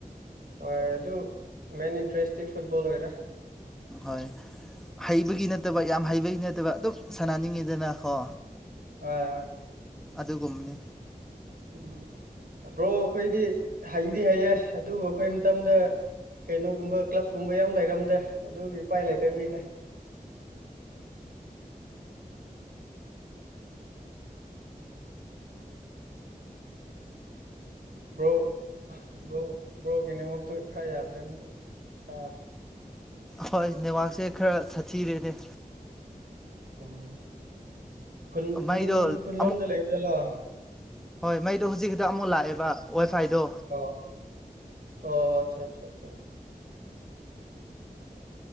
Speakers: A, on the right (about 70°); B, in the centre.
A: ꯍꯣꯏ ꯑꯗꯨ ꯃꯦꯟ ꯏꯟꯇ꯭ꯔꯦꯁꯇꯤ ꯐꯨꯠꯕꯣꯜ ꯑꯣꯏꯔꯦ꯫
B: ꯍꯣꯏ ꯍꯩꯕꯒꯤ ꯅꯠꯇꯕ ꯌꯥꯝ ꯍꯩꯕꯒꯤ ꯅꯠꯇꯕ ꯑꯗꯨꯝ ꯁꯥꯟꯅꯅꯤꯡꯉꯤꯗꯅ ꯀꯣ
A: ꯍꯣꯏ ꯍꯣꯏ꯫
B: ꯑꯗꯨꯒꯨꯝꯅꯤ꯫
A: ꯎꯝ ꯕ꯭ꯔꯣ ꯑꯩꯈꯣꯏꯗꯤ ꯍꯩꯗꯤ ꯍꯩꯌꯦ ꯑꯗꯨꯕꯨ ꯑꯩꯈꯣꯏ ꯃꯇꯝꯗ ꯀꯩꯅꯣꯒꯨꯝꯕ ꯀ꯭ꯂꯕꯀꯨꯝꯕ ꯌꯥꯝ ꯂꯩꯔꯝꯗꯦ ꯑꯗꯨꯒꯤ ꯏꯄꯥꯏ ꯂꯩꯇꯕꯤꯒꯤꯅꯦ꯫
B: <inaudible>
A: ꯕ꯭ꯔꯣ ꯕ꯭ꯔꯣ ꯕ꯭ꯔꯣꯒꯤ ꯅꯦꯋꯇꯨ ꯈꯔ ꯌꯥꯗ꯭ꯔꯦ ꯑꯃꯨꯛꯀ ꯇꯥꯗ꯭ꯔꯦ꯫
B: ꯍꯣꯏ ꯅꯦꯋꯥꯛꯁꯦ ꯈꯔ ꯁꯥꯊꯤꯔꯦꯅꯦ꯫
A: ꯎꯝ ꯈꯨꯟ ꯈꯨꯟ
B: ꯃꯩꯗꯣ
A: ꯈꯨꯟꯂꯣꯝꯗ
B: ꯑꯃꯨꯛ
A: ꯂꯩꯕꯗꯂꯣ
B: ꯍꯣꯏ ꯃꯩꯗꯣ ꯍꯧꯖꯤꯛ ꯈꯤꯛꯇ ꯑꯃꯨꯛ ꯂꯥꯛꯑꯦꯕ ꯋꯥꯏ ꯐꯥꯏꯗꯣ
A: ꯑꯣ ꯑꯣ ꯑꯆꯥ ꯑꯠꯆꯥꯆꯥ